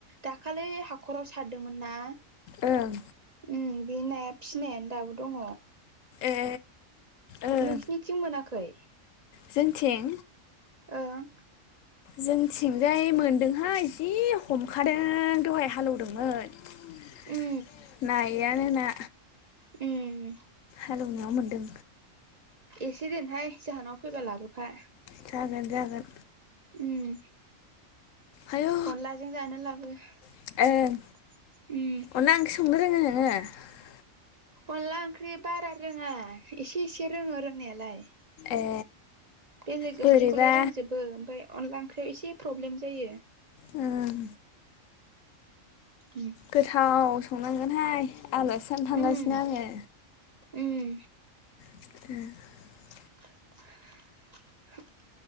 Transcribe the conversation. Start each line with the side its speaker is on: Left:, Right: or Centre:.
Right: दाखालै हाखराव सारदोंमोन ना।
Left: ओं।
Right: उम बि नाया फिनायानो दाबोदङ।
Left: ए ओं
Right: नोंसिनिथिं मोनाखै।
Left: जोंथिं
Right: ओं।
Left: जोंथिंजाय मोनदोंहाय जि हमखादों दहाय हालौवदों। मोन
Right: उम
Left: नायानो ना।
Right: उम।
Left: हालौवनायाव मोन्दों।
Right: एसे दोनहाय जाहानाव फैबा लाबोफा।
Left: जागोन जागोन।
Right: उम।
Left: आयौ
Right: अनलाजों जानो लाबो उम।
Left: ओं अनला ओंख्रि <inaudible>
Right: अनला ओंख्रि बारारोङा इसे इसे रोङो रोंनायालाय।
Left: ए
Right: बेलेग
Left: बोरैबा
Right: ओंख्रिखौलाय रोंजोबो ओमफाय अनला ओं ख्रै इसे प्रब्लेम जायो।
Left: उम।
Right: उम
Left: गोथाव संनांगोनहाय आलासिजानो थांगासिनो
Right: उम
Left: आङो।
Right: उम।
Left: <inaudible>
Right: <unintelligible>